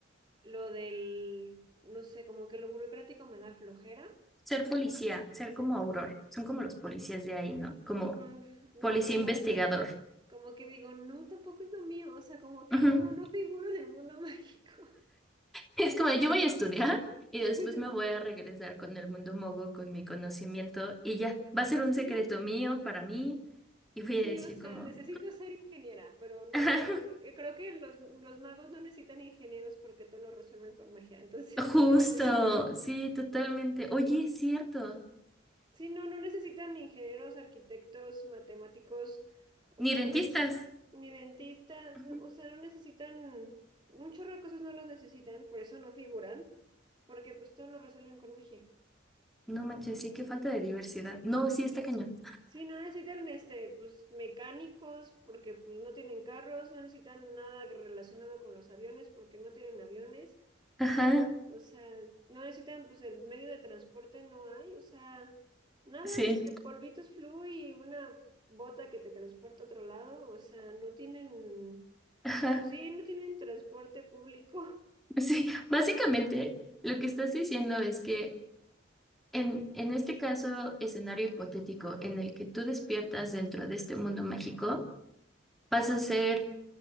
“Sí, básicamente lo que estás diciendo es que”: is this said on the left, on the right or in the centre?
Centre